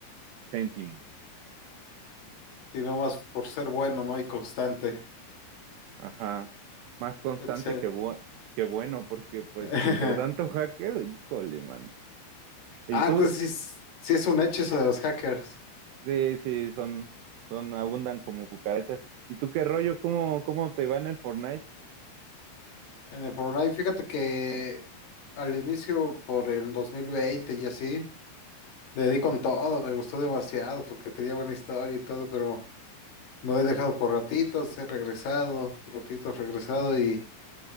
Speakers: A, on the right (about 85°); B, on the left (about 45°).
A: céntimo.
B: y no más por ser bueno, ¿no? Y constante,
A: Ajá. Más constante
B: etcétera
A: que, bu- que bueno, porque pues
B: <laughs>
A: entre tanto hacker, híjole, man. ¿Y
B: Ah,
A: tú?
B: entonces sí, es sí es un hecho eso de los hackers
A: Sí, sí, son, son, abundan como cucarachas. ¿Y tú qué rollo? ¿Cómo, cómo te va en el Fortnite?
B: en el Fortnite. Fíjate que al inicio, por el 2020 y así, le di con todo, me gustó demasiado porque tenía buena historia y todo, pero no he dejado por ratitos, he regresado, ratitos regresado y,